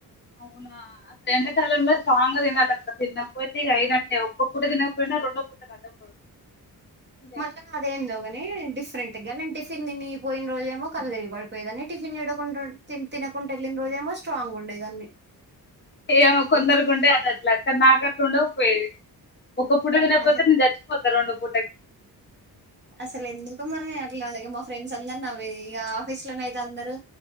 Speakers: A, on the left; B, on the right.
A: అవునా అసలు ఎండాకాలంలో స్ట్రాంగ్ తినాలి అక్క తినకపోతే అయినట్టే ఒక్క పూట తినకపోయినా రెండో పూట కట్టకూడదు అంతే
B: మళ్ళా అదేందొ గనే డిఫరెంట్ <unintelligible> టిఫిన్ తనిపోయిన రోజుమో కలదిరిగి పడిపోయేదాన్ని టిఫిన్ తినకుంటడా వెళ్లిన రోజేమో స్ట్రాంగ్ ఉండేదాన్ని
A: ఏమో కొందరుకుంటే అది అట్లా కానీ నాకట్లా ఉండపో ఒకపూట లేకపోతే
B: అసలు
A: నేను చచ్చిపోతారు రెండ పు
B: అసలు ఎందుకు మమే అలాగే మా ఫ్రెండ్స్ అందరు నవ్వే ఇగ ఆఫీస్ లోనే అయితే అందరు